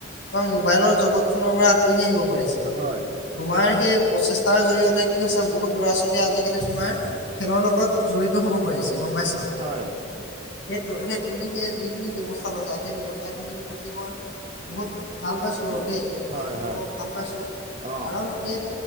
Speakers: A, on the left; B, on the right.
A: তোমাৰ মোবাইলৰ জগতখনৰ পৰা আঁতৰি আহিব পাৰিছে
B: হয়
A: তোমাৰ সেই প্ৰচেষ্টাৰ জৰিয়তে কি হৈছে বহুত ল'ৰা-ছোৱালীয়ে আজিকালি তোমাৰ খেলৰ লগত জড়িত হ'ব পাৰিছে গম পাইছা?
B: হয়
A: সেই তু সেই তুমি সেই যিখিনি ব্যৱস্থা লৈছা সেই ব্যৱস্থাখিনি প্ৰতি মই বহুত ভাল পাইছো বাৰু দেই। ব্যৱস্থাখিনি
B: হয় হয়
A: মই ভাল পাইছো।
B: অঁ
A: কাৰণ সেই